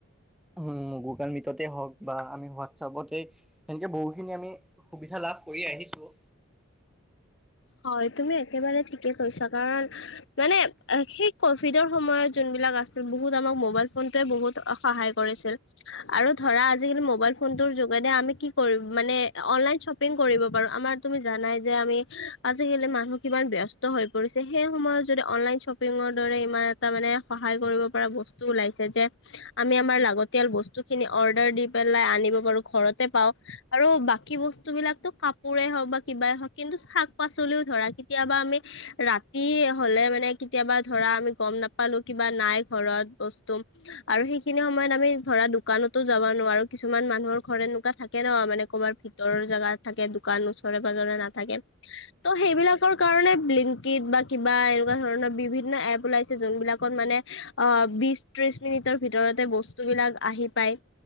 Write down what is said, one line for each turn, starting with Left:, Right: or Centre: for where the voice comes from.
Centre: উম গুগল মিটতে হওক বা আমি হোৱাটছপতে সেনেকে বহুখিনি আমি সুবিধা লাভ কৰি আহিছো।
Left: হয় তুমি একেবাৰে ঠিকে কৈছা কাৰণ মানে সেই কভিডৰ সময়ত যোন বহুত আমাৰ মোবাইল ফোনটোৱে বহুত সহায় কৰিছে আৰু ধৰা মোবাইল ফোনটো যোগে আমি কি মানে অনলাইন শ্বপিং কৰিব পাৰো আমাৰ তুমি জানাই যে আমি আজিকালি মানুহ কিমান ব্যস্ত হৈ পৰিছে সেই সময়ত যদি অনলাইন শ্বপিঙৰ দৰে ইমান এটা মানে স <unintelligible> বাৰু ঘৰতে পাও আৰু বাকী বস্তু বিলাকতো কাপোৰে হওঁক বা কিবাই হওক কিন্তু াক পাচলিও ধৰা কেতিয়াবা আমি ৰাতি হলে মানে কেতিয়াবা ধৰা আমি গম নাপালো নৰত বস্তু আৰু সেইখিনি সময়ত আমি ধৰা দোকানতো যাব নোৱাৰো কিছুমান ম মানুহৰ ঘৰে এনেকুৱা থাকে ন মানে ক'ৰবাৰ ভিতৰৰ জাগগাত থাকে দোকান ওচৰে পাজৰে নাথাকে ত' সেইবিলাকৰ কাৰণে লিংক ইড বা কিবা এনেকুৱা ধৰণৰ বিভিন্ন এপ ওলাইছে যোনবিলাকত মানে বিশ ত্ৰিশ মিনিটৰ ভিতৰতে বস্তু বিলাক আহি পায়